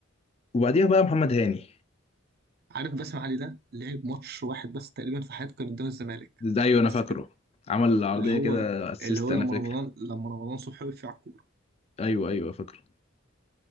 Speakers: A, on the left; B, on the right.
A: وبعديها بقى محمد
B: بس
A: هاني
B: عارف باسم علي ده لعب ماتش واحد بس تقريبا في حياته كان قدام الزمالك
A: ده ايوه انا
B: بس
A: فاكره
B: كده
A: عمل العرضيه
B: اللي هو
A: كده اسيست
B: اللي هو
A: انا
B: لما
A: فاكر
B: رمضان لما رمضان صبحي وقف على الكورة
A: ايوه ايوه فاكره